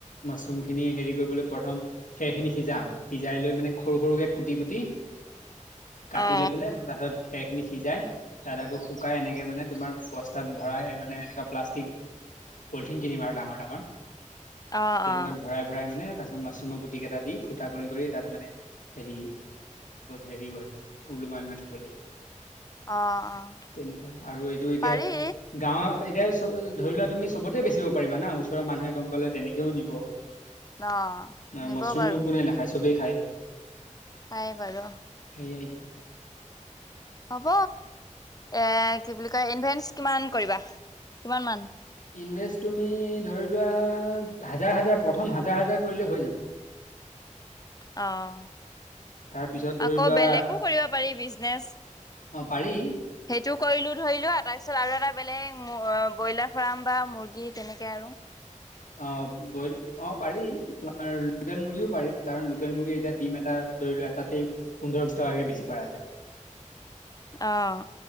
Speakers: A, on the left; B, on the left.
A: মাছৰুম খিনি হেৰি কৰিবলৈ প্ৰথম খেৰ খিনি সিজাম। সিজাই লৈ মানে সৰু-সৰুকে কুটি-কুটি
B: <inaudible>
A: কাটি
B: অ।
A: লৈ পেলাই তাছত খেৰ খিনি সিজাই তাত আকৌ শুকাই এনেকে মানে তোমাৰ বস্তাত ভৰাই মানে এনেকুৱা প্লাষ্টিক পলিথিন কিনিম আৰু ডাঙৰ ডাঙৰ।
B: অ
A: তেনেকোৱাত
B: অ।
A: ভৰাই ভৰাই মানে তাৰপিছত মাচৰুমৰ গুটি কেইটা দি ফুটা কৰি কৰি তাত মানে হেৰি হেৰি কৰিম বোলে ওলোমাই ওলোমাই থব লাগিব।
B: অ অ।
A: তেনেকোৱা আৰু এইটো এতিয়া
B: পাৰি
A: গাঁৱৰ এতিয়া চ ধৰি লোৱা তুমি চবতে বেচিব পাৰিবা না। ওচৰৰ মানুহে গম পালে তেনেকেও নিব। আৰু
B: অ নিব
A: মাছৰুমনো
B: বাৰু
A: কোনে নাখায়? চবেই খায়।
B: খাই বাৰু।
A: সেয়াইটো
B: হ'ব, এ কি বুলি কয় ইনভেনছ কিমান কৰিবা? কিমান মান?
A: ইনভেষ্ট তুমি ধৰি লোৱা হাজাৰ-হাজাৰ, প্ৰথম হাজাৰ-হাজাৰ কৰিলে হৈ যাব।
B: অহ।
A: তাৰ পিছত ধৰি
B: আকৌ
A: লোৱা
B: বেলেকো কৰিব পাৰি। বিজনেচ
A: অ পাৰি
B: সেইটো কৰিলো ধৰিলো আ তাৰপিছত আৰু এটা বেলেগ ব্ৰইলাৰ ফাৰ্ম বা মুৰ্গী তেনেকে আৰু।
A: অ ব অ পাৰি। তোমাৰ লোকেল মুৰ্গীও পাৰি। কাৰণ লোকেল মুৰ্গীৰ এতিয়া দিম এটা ধৰি লোৱা এটাতেই পোন্ধৰ, বিছ টকাকে বেছি পৰা যায়।
B: অহ।